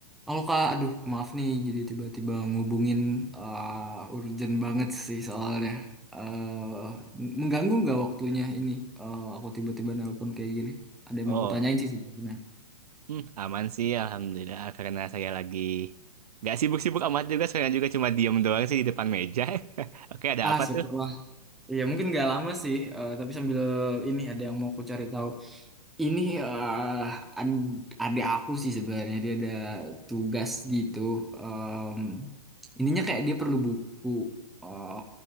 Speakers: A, in the centre; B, on the right.
A: Halo Kak, aduh maaf nih jadi tiba-tiba ngubungin eh, urgent banget sih soalnya. eh mengganggu nggak waktunya ini? eh, aku tiba-tiba nelpon kayak gini. Ada yang
B: Oh,
A: mau aku tanyain sih sebenarnya.
B: hmm, aman sih, alhamdulillah. Karena saya lagi nggak sibuk-sibuk amat juga, sekarang juga cuma diem doang sih di depan meja. <laughs> Oke, ada
A: Ah,
B: apa
A: syukurlah.
B: tuh?
A: Iya mungkin nggak lama sih, eh, tapi sambil ini ada yang mau aku cari tahu. Ini eh ad- adik aku sih sebenarnya dia ada tugas gitu. Em, ininya kayak dia perlu buku eh,